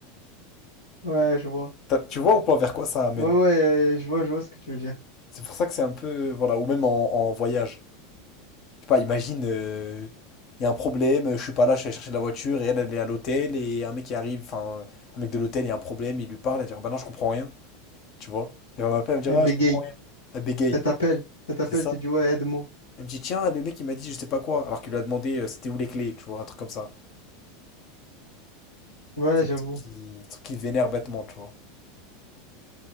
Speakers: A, on the left; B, on the left.
A: <laughs> ouais, je vois.
B: T'as- Tu vois ou pas vers quoi ça amène?
A: Ouais, ouais, euh, je vois, je vois ce que tu veux dire.
B: C'est pour ça que c'est un peu, voilà, ou même en, en voyage. Je sais pas, imagine, euh, il y a un problème, je suis pas là, je suis allé chercher de la voiture, et elle, elle est à l'hôtel, et un mec qui arrive, enfin, un mec de l'hôtel, il y a un problème, il lui parle, elle dit, Ah bah non, je comprends rien, tu vois. Elle va m'appeler, elle me dire,
A: Elle
B: ah,
A: bégaye,
B: je comprends rien. Elle bégaye,
A: elle t'appelle, elle t'appelle,
B: c'est ça?
A: tu dis ouais, aide-moi.
B: Elle me dit, tiens, le mec, il m'a dit je sais pas quoi, alors qu'il lui a demandé euh, c'était où les clés, tu vois, un truc comme ça.
A: Ouais,
B: C'est
A: j'avoue.
B: un truc qui, un truc qui vénère bêtement, tu vois.